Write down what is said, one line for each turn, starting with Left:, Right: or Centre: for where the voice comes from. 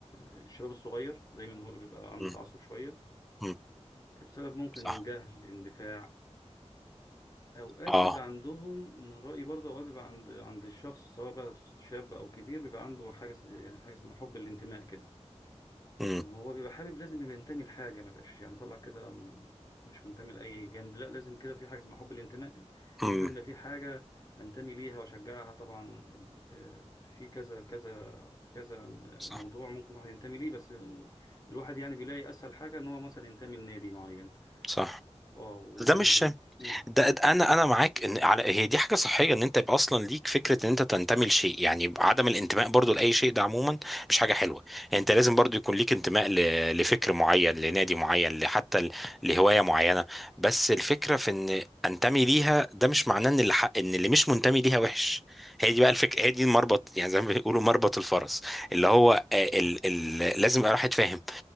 Left: الشباب الصغير دايما هو اللي بيبقى عنده
Centre: مم.
Left: تعصب شوية
Centre: مم.
Left: بسبب ممكن
Centre: صح
Left: جهل اندفاع اوقات
Centre: اه
Left: بيبقى عندهم من رايي برضه اوقات بيبقى عند عند الشخص سواء بقى شاب او كبير بيبقى عنده حاجه س- يعني حاجه اسمها حب الانتماء كده
Centre: مم.
Left: ان هو بيبقى حابب لازم يبقى ينتمي لحاجه ما بقاش يعني طلع كده م- مش منتمي لاي جنب لا لازم كده في حاجه اسمها حب الانتماء ان
Centre: مم.
Left: أنا لازم يبقى في حاجه انتمي ليها واشجعها طبعا آه، في كذا كذا كذا
Centre: صح
Left: موضوع ممكن الواحد ينتمي ليه بس الواحد يعني بيلاقي اسهل حاجه ان هو مثلا ينتمي لنادي معين
Centre: صح
Left: اه وده
Centre: ده
Left: النادي
Centre: مش
Left: ال- مم.
Centre: ده ده انا انا معاك ان على هي دي حاجه صحيه ان انت يبقى اصلا ليك فكره ان انت تنتمي لشيء يعني عدم الانتماء برضو لاي شيء ده عموما مش حاجه حلوه يعني انت لازم برضو يكون ليك انتماء ل- لفكر معين لنادي معين لحتى ل- لهوايه معينه بس الفكره في ان انتمي ليها ده مش معناه ان اللي حق ان اللي مش منتمي ليها وحش هي دي بقى الفكره هي دي المربط يعني زي ما بيقولوا مربط الفرس اللي
Left: ايوه
Centre: هو آه، ال ال لازم يبقى الواحد فاهم